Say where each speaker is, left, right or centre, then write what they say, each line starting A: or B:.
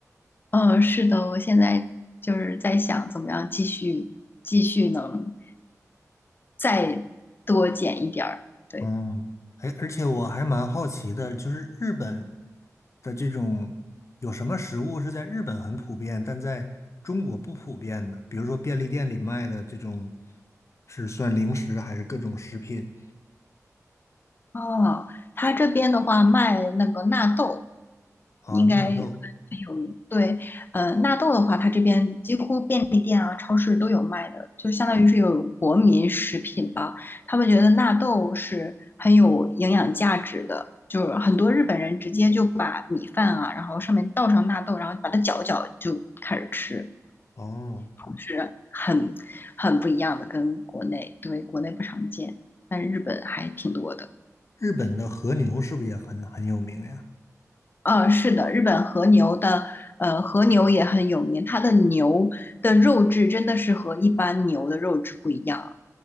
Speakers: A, on the left; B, on the left.
A: 嗯，是的，我现在就是在想怎么样继续继续能再多减一点儿，对。
B: 嗯，哎，而且我还蛮好奇的，就是日本的这种有什么食物是在日本很普遍，但在中国不普遍的？比如说便利店里卖的这种，是算零食还是各种食品
A: 哦，他这边的话卖那个纳豆，
B: 啊？
A: 应该
B: 纳豆
A: 很有名。对，呃，纳豆的话，它这边几乎便利店啊、超市都有卖的，就相当于是有国民食品吧。他们觉得纳豆是很有营养价值的，就是很多日本人直接就把米饭啊，然后上面倒上纳豆，然后把它搅一搅就开始吃，
B: 哦，
A: 是很很不一样的，跟国内，对，国内不常见，但是日本还挺多的。
B: 日本的和牛是不是也很很有名呀？
A: 呃，是的，日本和牛的，呃，和牛也很有名，它的牛的肉质真的是和一般牛的肉质不一样。